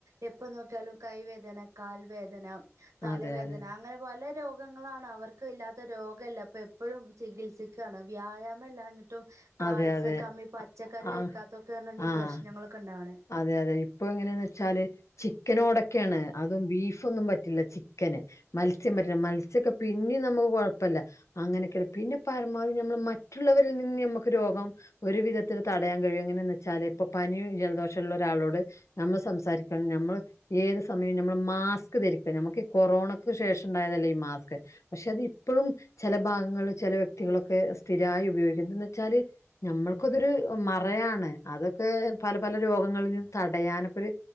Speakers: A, on the right; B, on the left.
A: എപ്പൊ നോക്കിയാലും കൈവേദന, കാൽ വേദന, തലവേദന
B: അതെ അതെ
A: അങ്ങനെ പല രോഗങ്ങളാണ് അവർക്ക് ക്ക ഇല്ലാത്ത രോഗല്ല. അപ്പൊ എപ്പോഴും ചികിത്സിക്കുകയാണ്. വ്യായാമം ഇല്ലാഞ്ഞിട്ടും കാൽസ്യക്കമ്മി
B: അതെ അതെ
A: പച്ചക്കറി
B: ആ
A: കഴിക്കാത്തൊക്കെണ് ഈ
B: ആ
A: പ്രശ്നങ്ങളൊക്കെണ്ടാവണേ.
B: അതെ അതെ ഇപ്പൊ എങ്ങനെയാന്ന് വെച്ചാല് ചിക്കനോടൊക്കെയാണ്. അതും ബീഫൊന്നും പറ്റില്ല. ചി ക്കന്. മത്സ്യം പറ്റില്ല. മത്സ്യക്കെ പിന്നിം നമുക്ക് കൊഴപ്പല്ല- അങ്ങനൊക്കെണ് പിന്നെ പരമാവധി നമ്മള് മറ്റുള്ളവരിൽ നിന്ന് നമ്മുക്ക് രോഗം ഒരു വിധത്തിൽ തടയാൻ കഴിയും. എങ്ങനെയന്ന് വെച്ചാല് ഇപ്പൊ പനിയും ജലദോഷം ഉള്ള ഒരാളോട് നമ്മൾ സംസാരിക്കണം നമ്മള് ഏത് സമയം നമ്മൾ മാസ്ക് ധരിക്കാം. നമുക്ക് ഈ കൊറോണക്ക് ശേഷം ഉണ്ടായതല്ല ഈ മാസ്ക് പക്ഷെ അത് ഇപ്പോഴും ചില ഭാഗങ്ങളിൽ ചില വ്യക്തികളൊക്കെ സ്ഥിരായി ഉപയോഗിക്കുന്നു. എന്ന് വെച്ചാല് ഞമ്മൾക്കതൊരു മറയാണ് അതൊക്കെ പല പല രോഗങ്ങളും തടയാനൊക്കെ ഒരു